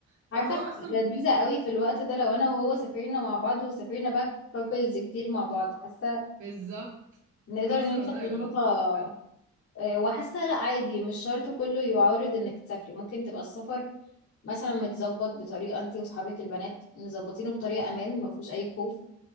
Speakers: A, on the right; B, on the left.
A: فلو
B: عارفه
A: هو
B: هتبقى
A: اصلا بال-
B: لذيذه قوي في الوقت ده لو انا وهو سافرنا مع بعض وسافرنا بقى كابلز كتير مع بعض حاسه
A: بالظبط
B: نقدر
A: حاسة
B: نوصل
A: ان الموضوع
B: لنقطه
A: هيبقى لذيذ فعلا
B: آه، وحاسه لا عادي مش شرط كله يعارض انك تسافري ممكن تبقى السفر مثلا متظبط بطريقه انت واصحابك البنات مظبطينه بطريقه امان ما فيهوش اي خوف